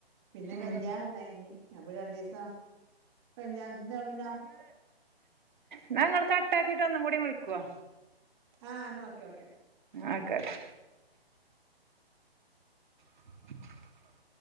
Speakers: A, on the right (about 25°); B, on the right (about 50°).
A: പിന്നെ
B: ഉം
A: കല്യാണ ഇണ്ടായ്ന്. അപ്പ രണ്ടിസം കല്യാണത്തിന്റെ പിന്ന <unintelligible>
B: ന്ന ങ്ങൾ കട്ടാക്കിട്ട് ഒന്നും കൂടി വിളിക്കുവോ.
A: ആഹ ന്നോക്കെ ക്കെ.
B: ആക്കാട്ട. <inaudible>